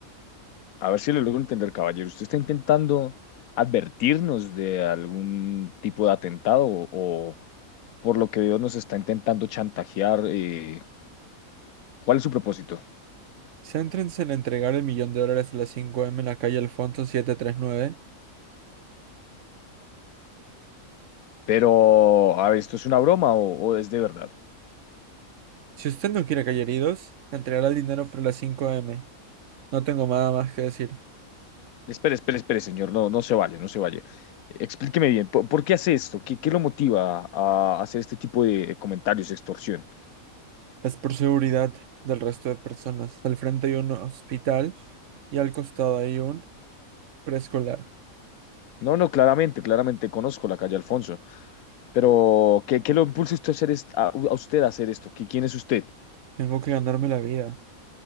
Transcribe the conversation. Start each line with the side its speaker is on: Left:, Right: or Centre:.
Left: A ver si le logro entender, caballero. ¿Usted está intentando advertirnos de algún tipo de atentado o, o por lo que veo nos está intentando chantajear? eh, ¿cuál es su propósito?
Right: Céntrense en entregar el millón de dólares a las cinco m en la calle Alfonso setecientos treinta y nueve.
Left: Pero, a ver, ¿esto es una broma o, o es de verdad?
Right: Si usted no quiere caer heridos, entregará el dinero por las cinco m No tengo nada más que decir.
Left: Espere, espere, espere, señor. No, no se vaya, no se vaya. Explíqueme bien, ¿por, por qué hace esto? ¿Qué, qué lo motiva a hacer este tipo de comentarios, extorsión?
Right: Es por seguridad del resto de personas. Al frente hay un hospital y al costado hay un preescolar.
Left: No, no, claramente, claramente conozco la calle Alfonso, pero ¿qué, qué lo impulsa usted a hacer est- a, a usted a hacer esto? ¿Qui- ¿Quién es usted?
Right: Tengo que ganarme la vida.